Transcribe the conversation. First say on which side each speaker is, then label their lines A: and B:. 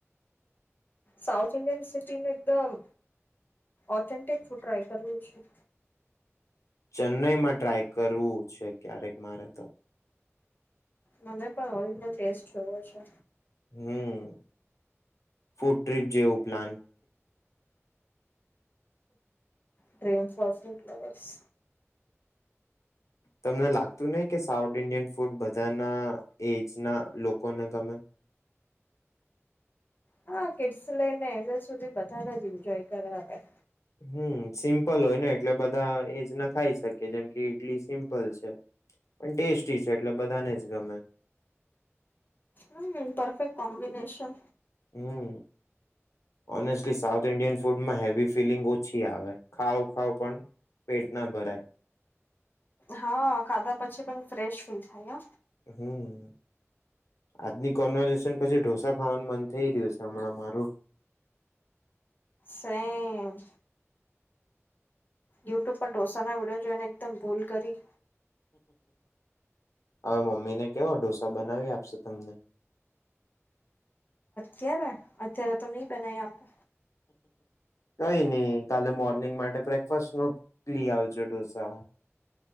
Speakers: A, on the left; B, on the left.
A: સાઉથ ઇન્ડિયન સિટીનું એકદમ ઓથેન્ટિક ટ્રાય કરવું છે.
B: ચેન્નઈમાં ટ્રાય કરવું. ક્યારેક મારે તો
A: મને પણ ઓરિજનલ ટેસ્ટ જોયો છે.
B: હમ ફૂડ ટ્રીપ જેવું પ્લાન
A: ડ્રીમસ વસટ લવર્સ.
B: તમને લાગતું નહ કે સાઉથ ઇન્ડિયન ફૂડ બધાના એજ ના લોકોને ગમે.
A: હા કિડ્સ લઈને <unintelligible> સુધી બધાને જ એન્જોય કરાવે.
B: હમ સિમ્પલ હોય ને એટલે બધા એજ ના ખાઈ શકીએ જેમ કે ઈડલી સિમ્પલ છે પણ ટેસ્ટી છે એટલે બધાને જ ગમે.
A: હમ પરફેક્ટ કોમ્બિનેશન.
B: હમ ઓનેસ્ટલી સાઉથ ઇન્ડિયન ફૂડમાં હેવી ફિલિંગ ઓછી આવે ખાવ ખાવ પણ પેટ ના ભરાય.
A: હા ખાધા પછી પણ ફ્રેશ ફીલ થાય.
B: હમ આજની કોન્વર્ઝેશન પછી ઢોસા ખાવાનું બંધ થઈ ગયું છે હમણાં મારું.
A: સેમ. યુટ્યુબ પર ઢોસા ના વિડીયો જોઈને એકદમ ભૂલ કરી.
B: હવે મમ્મીને કેવો ઢોસા બનાવી આપશે તમને.
A: ક્યારે અત્યારે તો નહી બનાય આપે.
B: કઈ નહી કાલે મોર્નિંગ માટે બ્રેકફાસ્ટ નલી આવજો ઢોસા.